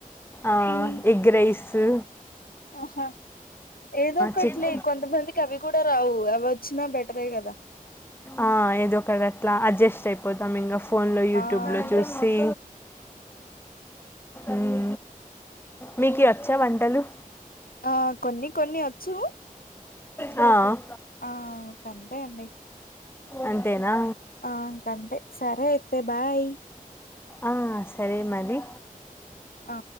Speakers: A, on the left; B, on the left.
A: ఆ
B: ఉమ్
A: ఎగ్ రైసు.
B: హా. ఏదో ఒకట్లే,
A: చిక్
B: కొంతమందికి అవి కూడా రావు, అవి వొచ్చినా, బెటరే గదా.
A: ఆ ఏదో ఒక అట్లా, అడ్జస్ట్ అయిపోతాం, ఇంగ. ఫోన్లో యూట్యూబ్లో
B: ఆ అంతే
A: చూసి. ఉమ్ మీకీ అచ్చా, వంటలు.
B: ఆ కొన్ని కొన్ని అచ్చు.
A: ఆ.
B: ఆ పడయ్ అండి.
A: అంతేనా
B: ఆ ఇంకంతే, సరే అయితే బాయ్.
A: ఆ సరే మరి.
B: అ.